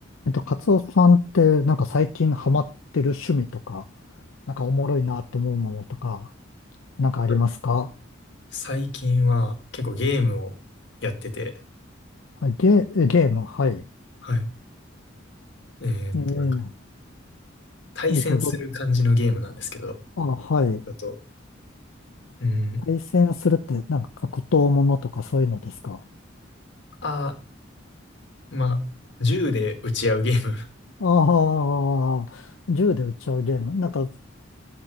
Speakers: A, on the left; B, on the left.
A: えっと、カツオさんって、なんか最近ハマってる趣味とか、なんかおもろいなって思うものとか、なんかありますか
B: はい最近は結構ゲームをやってて、
A: はい、ゲー、えゲーム、はい。
B: はい。えーっと、
A: ええ
B: なんか対戦する感じのゲームなんですけど、
A: えっと、ど、あ、はい。
B: だと、うん、
A: 対戦するって、なんか格闘ものとかそういうのですか
B: あー、まあ、銃で撃ち合うゲーム。<laughs>
A: ああ銃で撃っちゃうゲーム。なんか、